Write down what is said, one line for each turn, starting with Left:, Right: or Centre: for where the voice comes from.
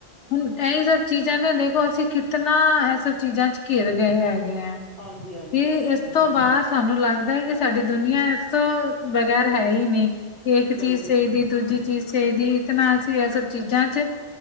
Left: ਹੁਣ ਇਹੀ ਸਰ ਚੀਜ਼ਾਂ ਨੇ ਦੇਖੋ ਅਸੀਂ ਕਿਤਨਾ ਇਹ ਸਭ ਚੀਜ਼ਾਂ ਚ ਘਿਰ ਗਏ ਹੈਗੇ ਹੈ।
Right: ਹਾਂਜੀ ਹਾਂਜੀ
Left: ਕੀ
Right: ਹਾਂ,
Left: ਇਸ ਤੋਂ ਬਾਅਦ ਸਾਨੂੰ ਲੱਗਦਾ ਹੈ ਕਿ ਸਾਡੀ ਦੁਨੀਆਂ ਇਸ ਤੋਂ ਬਗ਼ੈਰ ਹੈ ਹੀ ਨਹੀਂ ਕਿ ਇੱਕ ਚੀਜ਼
Right: ਨਹੀਂ
Left: ਚਾਹੀਦੀ,
Right: ਸੱਚੀ
Left: ਦੂਜੀ ਚੀਜ਼ ਚਾਹੀਦੀ ਇਤਨਾ ਅਸੀ ਚੀਜ਼ਾਂ ਚ